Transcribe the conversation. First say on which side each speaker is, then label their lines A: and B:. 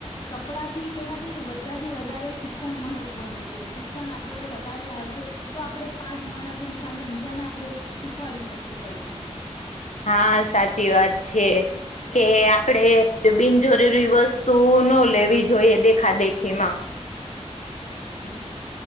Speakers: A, on the left; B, on the left.
A: કપડાથી કે એનાથી બધાથી વધારે શિ ક્ષણ મહત્વનું છે. શિક્ષણ આપડે વધારે હશે તો આપડે પાંચ માણસોની સામે બીજાને આપડે શીખવાડી શકશું કઈ પણ.
B: હા, સાચી વાત છે કે આપડે બિનજરૂરી વસ્તુ નો લેવી જોઈએ દેખા-દેખીમાં. <unintelligible>
A: હમ્મ